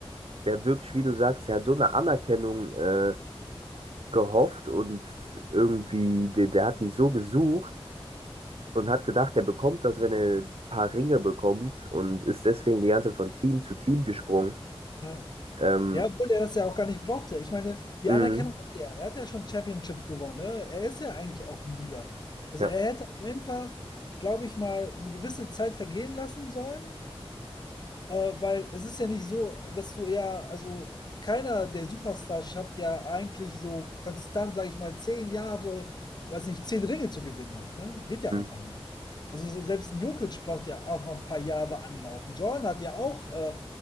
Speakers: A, on the right (about 70°); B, on the left (about 45°).
A: der wirklich, wie du sagst, der hat so eine Anerkennung äh, gehofft und irgendwie, der, der hat die so gesucht und hat gedacht, der bekommt das, wenn er ein paar Ringe bekommt und ist deswegen die ganze Zeit von Team zu Team gesprungen.
B: Ja.
A: Ähm,
B: Ja, obwohl er das ja auch gar nicht brauchte. Ich meine, die
A: mhm.
B: Anerkennung hat er. Er hat ja schon Championship gewonnen. Ne? Er ist ja eigentlich auch ein Leader. Also
A: Ja.
B: er hätte einfach, glaube ich mal, eine gewisse Zeit vergehen lassen sollen, äh, weil es ist ja nicht so, dass du ja, also keiner der Superstars schafft ja eigentlich so konstant, sage ich mal, zehn Jahre, weiß nicht, zehn Ringe zu gewinnen halt, ne? Geht
A: Mhm.
B: ja einfach also selbst ein Jokic braucht ja auch ein paar Jahre anlaufen. Jordan hat ja auch, äh,